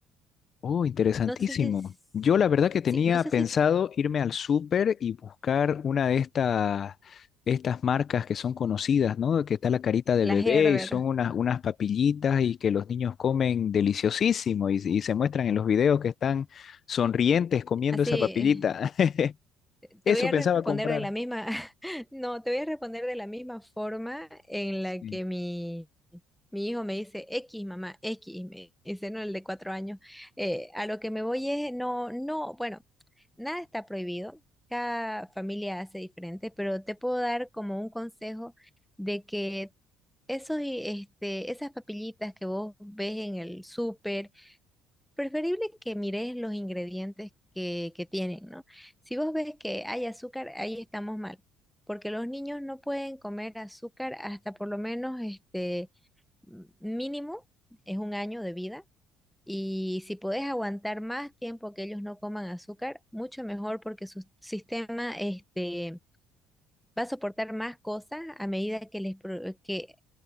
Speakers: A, on the left; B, in the centre.
A: Oh, interesantísimo.
B: No sé si, s-
A: Yo la verdad que tenía
B: sí, no sé
A: pensado
B: si
A: irme al súper y buscar una de estas, estas marcas que son conocidas, ¿no? Que está la carita
B: la
A: del bebé
B: Gerber,
A: y son unas, unas papillitas y que los niños comen deliciosísimo y, y se muestran en los videos que están sonrientes comiendo
B: así,
A: esa papillita. <laughs>
B: te
A: Eso
B: voy a
A: pensaba
B: responder
A: comprar.
B: de la misma, <laughs> no, te voy a responder de la misma forma en
A: Sí.
B: la que mi Mi hijo me dice X, mamá, X, me dice, no, el de cuatro años. Eh, a lo que me voy es, no, no, bueno, nada está prohibido, cada familia hace diferente, pero te puedo dar como un consejo de que esos, y- este, esas papillitas que vos ves en el súper, preferible que mires los ingredientes que, que tienen, ¿no? Si vos ves que hay azúcar, ahí estamos mal, porque los niños no pueden comer azúcar hasta por lo menos, este mínimo es un año de vida y si podés aguantar más tiempo que ellos no coman azúcar, mucho mejor porque su sistema este, va a soportar más cosas a medida que les, pro- que,